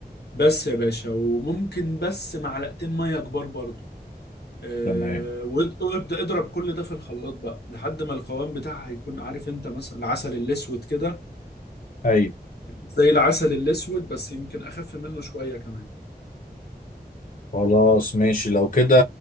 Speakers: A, on the left (about 80°); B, on the left (about 55°).
A: بس يا باشا وممكن بس معلقتين ميه كبار برضو آه،
B: تمام
A: وإد- وابدا اضرب كل ده في الخلاط بقى لحد ما القوام بتاعها هيكون عارف انت مثلا العسل الاسود كده
B: ايوه
A: زي العسل الأسود بس يمكن أخف منه شوية كمان
B: خلاص ماشي لو كده